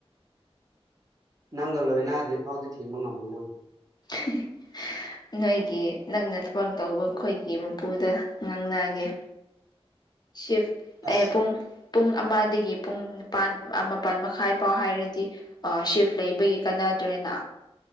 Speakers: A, on the right; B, on the left.
A: ꯅꯪꯒ ꯂꯣꯏ ꯗ꯭ꯔꯤ ꯐꯥꯎꯗꯤ ꯊꯤꯡꯕ ꯉꯝꯃ ꯅꯪ
B: ꯍꯤꯍꯤꯍ ꯅꯣꯏꯒꯤ ꯅꯪꯅ ꯊꯕꯛ ꯇꯧꯕ ꯑꯈꯣꯏꯒꯤ ꯃꯄꯨꯗ ꯉꯥꯡꯅꯒꯦ ꯁꯤꯤꯐ
A: ꯑꯁ
B: ꯑꯦ ꯄꯨꯡ ꯄꯨꯡ ꯑꯃꯗꯒꯤ ꯄꯨꯡ ꯅꯤꯄꯥꯟ ꯃꯄꯥꯟ ꯃꯈꯥꯏ ꯄꯥꯎ ꯍꯥꯏꯔꯗꯤ ꯑ ꯁꯤꯐ ꯂꯩꯕꯒꯤ ꯀꯥꯟꯅꯗ꯭ꯔꯦꯅ